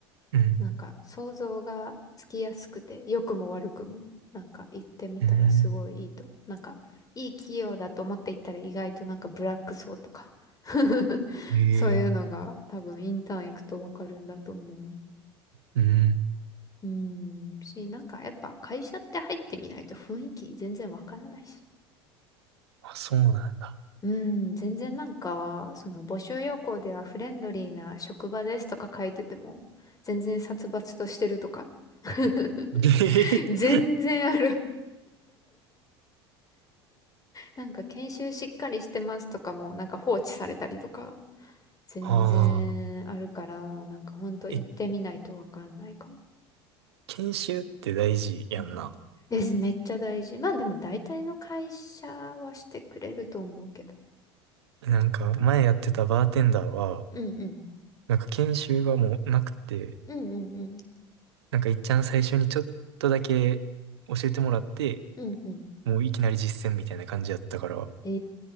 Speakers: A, on the right; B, on the left.
A: うん。
B: なんか想像がつきやすくて、良くも悪くも、なんか行ってみたらすごいいいと思う。
A: うん。
B: なんかいい企業だと思って行ったら意外となんかブラック層とか <laughs>
A: ええ。
B: そういうのが多分インターン行くとわかるんだと思う。
A: うん。
B: うーん、し、なんかやっぱ会社って入ってみないと雰囲気全然わからないし。
A: あ、そうなんだ。
B: うん、全然なんか、その募集要項ではフレンドリーな職場ですとか書いてても、全然殺伐としてるとか、<laughs>
A: <laughs> ええ。
B: 全然あるなんか研修しっかりしてますとかもなんか放置されたりとか全然あるからなんかほんと行ってみないとわかんないかも。
A: ああ。え、研修って大事やんな。
B: うんえ、めっちゃ大事。まあでも大体の会社はしてくれると思うけど。
A: なんか、前やってたバーテンダーは、
B: うんうん。
A: なんか研修がもうなくて、
B: うんうんうん。
A: なんかいっちゃん最初にちょっとだけ教えてもらって、
B: うんうん。
A: もういきなり実践みたいな感じやったから。
B: え